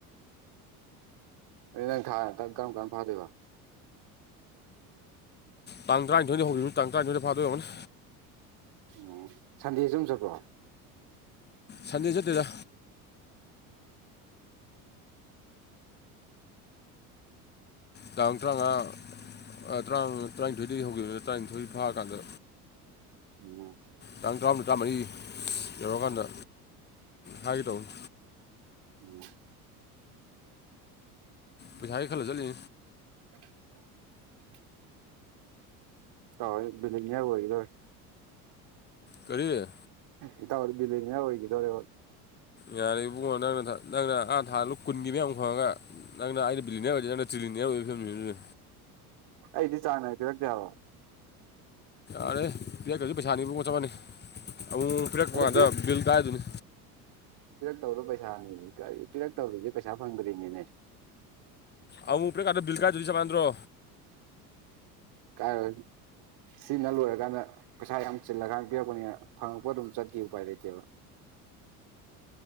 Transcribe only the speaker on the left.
ꯇꯥꯡ ꯇꯔꯥꯅꯤꯊꯣꯏꯗꯩ ꯍꯧꯒꯤ <unintelligible> ꯇꯥꯡ ꯇꯔꯥꯅꯤꯊꯣꯏꯗ ꯐꯥꯗꯣꯏ ꯑꯣꯏꯔꯝꯒꯅꯤ
ꯁꯟꯗꯦ ꯆꯠꯇꯦꯗ ꯇꯥꯡ ꯇꯔꯥꯃꯉꯥ ꯇꯥ ꯇꯔꯥꯅꯤꯊꯣꯏꯗꯒꯤ ꯍꯧꯈꯤꯕꯅꯦ ꯇꯔꯥꯅꯤꯊꯣꯏ ꯐꯥꯀꯥꯟꯗ
ꯇꯥꯡ ꯇꯔꯥꯃꯨꯝ ꯇꯔꯥꯃꯔꯤ ꯌꯧꯔꯛꯀꯥꯟꯗ ꯍꯥꯏꯒꯦ ꯇꯧꯕꯅꯤ
ꯄꯊꯏ ꯈꯜꯂꯣ ꯆꯂꯤꯦ
ꯀꯔꯤꯦ
ꯌꯥꯅꯤꯉꯅ ꯅ ꯅꯪꯅ ꯊꯥ ꯂꯣ ꯀꯨꯟꯒꯤ ꯃꯌꯥꯝ ꯈꯪꯉꯒ ꯅꯪꯅ ꯑꯩꯅ ꯕꯤꯂꯤꯅꯤꯌꯥꯔ ꯑꯣꯏꯔꯗꯗꯤ ꯅꯪꯅ ꯇ꯭ꯔꯤꯂꯤꯅꯤꯌꯥ ꯑꯣꯏꯕ ꯐꯤꯕꯅꯤ
ꯑꯔꯦ ꯄꯌꯥ ꯀꯁꯤ ꯄꯩꯁꯥꯅꯤ ꯆꯃꯅꯤ ꯑ ꯐꯔꯦꯛ
ꯃꯥꯗ ꯕꯤꯜ ꯀꯥꯏ ꯑꯗꯨꯅꯤ
ꯑ ꯀꯗꯕꯜꯀꯥ ꯭ꯔꯣ